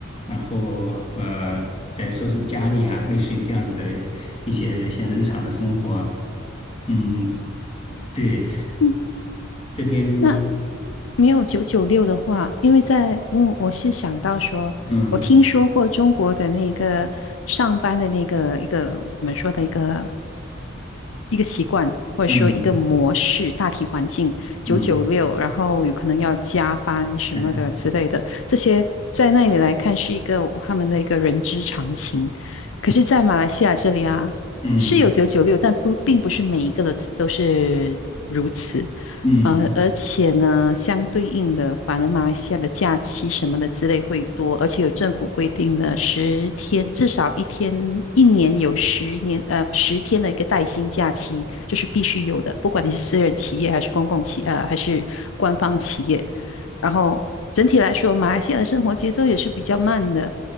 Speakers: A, on the left; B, on the left.
A: 然后呃，再收拾家里啊，类似于这样子的一些像日常的生活。嗯，对，
B: 嗯，
A: 这边
B: 那没有九九六的话，因为在因为我是想到说，
A: 嗯
B: 我听说过中国的那个上班的那个一个我们说的一个一个习惯或者说一个模式，
A: 嗯
B: 大体环境九九六，
A: 嗯，
B: 然后有可能要加班什么的之类的，
A: 加班，
B: 这些在那里来看是一个他们的一个人之常情。可是，在马来西亚这里啊，
A: 嗯
B: 是有九九六，但不并不是每一个的都是如此。
A: 嗯
B: 呃，而且呢，相对应的，反而马来西亚的假期什么的之类会多，而且有政府规定的十天，至少一天，一年有十年，呃，十天的一个带薪假期，这是必须有的，不管你是私人企业还是公共企，呃，还是官方企业。然后整体来说，马来西亚的生活节奏也是比较慢的。